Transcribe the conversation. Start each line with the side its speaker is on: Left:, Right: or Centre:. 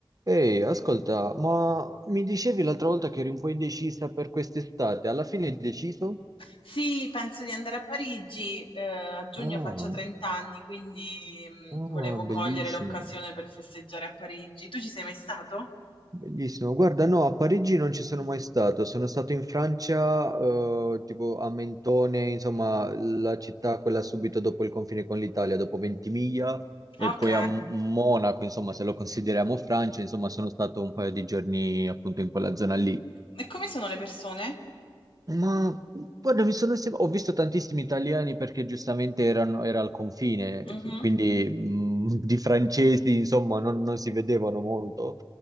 Right: Ehi, ascolta, ma mi dicevi l'altra volta che eri un po' indecisa per quest'estate, alla fine hai deciso?
Left: Sì, penso di andare a Parigi, eh, a giugno
Right: Ah,
Left: faccio 30 anni, quindi mh,
Right: ah,
Left: volevo
Right: bellissimo,
Left: cogliere l'occasione per festeggiare a Parigi. Tu ci sei mai stato?
Right: bellissimo. Guarda, no, a Parigi non ci sono mai stato, sono stato in Francia, eh, tipo a Mentone, insomma, la città quella subito dopo il confine con l'Italia, dopo Ventimiglia, e
Left: Ok.
Right: poi a Monaco, insomma, se lo consideriamo Francia, insomma, sono stato un paio di giorni appunto in quella zona lì.
Left: E come sono le persone?
Right: Ma guarda, mi sono sem- ho visto tantissimi italiani perché giustamente erano, era al confine,
Left: Mhm.
Right: cioè, quindi mh, di francesi, insomma, non, non si vedevano molto,